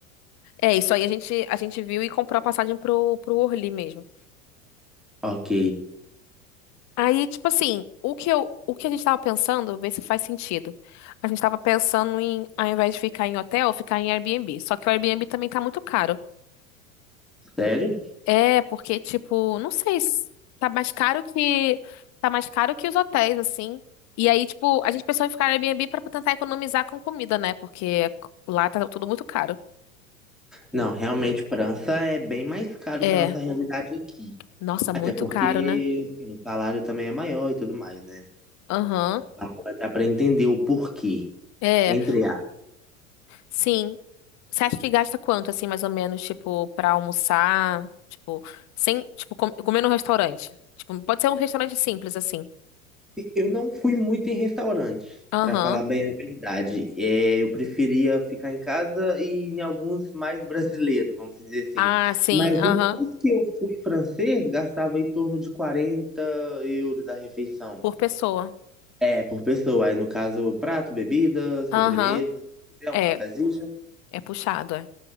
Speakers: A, on the left; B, in the centre.
A: É, isso aí a gente, a gente viu e comprou a passagem pro, pro Orly mesmo.
B: Ok.
A: Aí, tipo assim, o que eu, o que a gente tava pensando, ver se faz sentido. A gente tava pensando em, ao invés de ficar em hotel, ficar em Airbnb. Só que o Airbnb também tá muito caro.
B: Sério?
A: É, porque, tipo, não sei, s- tá mais caro que. Tá mais caro que os hotéis, assim. E aí, tipo, a gente pensou em ficar no Airbnb pra tentar economizar com comida, né? Porque lá tá tudo muito caro.
B: Não, realmente, França é bem mais caro
A: É,
B: que a nossa realidade aqui.
A: nossa,
B: Até
A: muito
B: porque
A: caro, né?
B: assim, o salário também é maior e tudo mais, né?
A: Aham.
B: Agora Dá pra entender o porquê,
A: É,
B: entre
A: sim. Você acha que gasta quanto, assim, mais ou menos, tipo, pra almoçar? Tipo, sem, tipo, com- comer num restaurante. Tipo, pode ser um restaurante simples, assim.
B: Eu não fui muito em restaurante,
A: Aham.
B: pra falar bem a verdade. É, eu preferia ficar em casa e em alguns mais brasileiros, vamos dizer assim.
A: Ah, sim,
B: Mas
A: aham.
B: o- os que eu fui francês gastava em torno de quarenta euros a refeição.
A: Por pessoa.
B: É, por pessoa. Aí, no caso, prato, bebida, sobremesa,
A: Aham.
B: é um
A: É,
B: cafezinho,
A: é puxado, é.